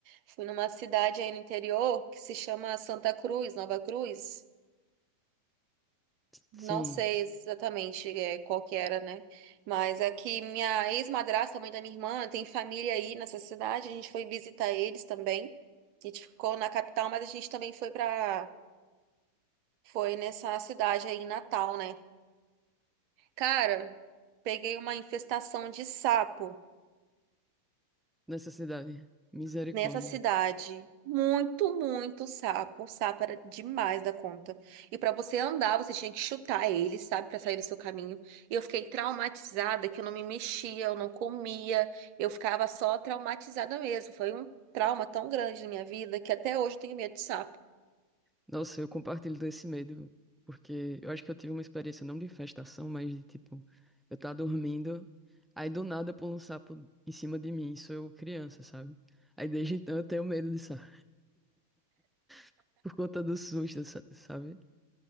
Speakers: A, on the right (about 45°); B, in the centre.
A: Fui numa cidade aí no interior que se chama Santa Cruz, Nova Cruz.
B: sim,
A: Não sei exatamente é, qual que era, né? Mas é que minha ex-madrasta, mãe da minha irmã, tem família aí nessa cidade. A gente foi visitar eles também. A gente ficou na capital, mas a gente também foi para Foi nessa cidade aí em Natal, né? Cara, peguei uma infestação de sapo
B: necessidade, misericórdia.
A: nessa cidade. Muito, muito sapo. O sapo era demais da conta. E pra você andar, você tinha que chutar ele, sabe, Pra sair do seu caminho. E eu fiquei traumatizada que eu não me mexia, eu não comia, eu ficava só traumatizada mesmo. Foi um trauma tão grande na minha vida que até hoje eu tenho medo de sapo.
B: Nossa, eu compartilho desse medo, porque eu acho que eu tive uma experiência não de infestação, mas de tipo, eu tava dormindo, aí do nada pula um sapo em cima de mim, isso eu criança, sabe? Aí desde então eu tenho medo de sapo, <laughs> por conta do susto, sa- sabe?